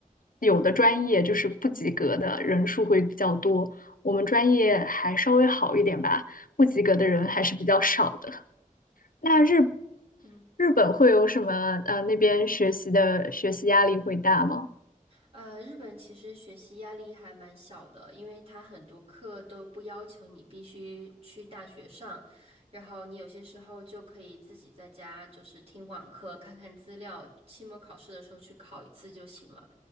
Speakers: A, on the left (about 75°); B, on the right (about 45°).
A: 有的专业就是不及格的人数会比较多。我们专业还稍微好一点吧，不及格的人还是比较少的。那日
B: 嗯。
A: 日本会有什么？呃，那边学习的学习压力会大吗？
B: 呃，日本其实学习压力还蛮小的，因为它很多课都不要求你必须去大学上，然后你有些时候就可以自己在家就是听网课，看看资料，期末考试的时候去考一次就行了。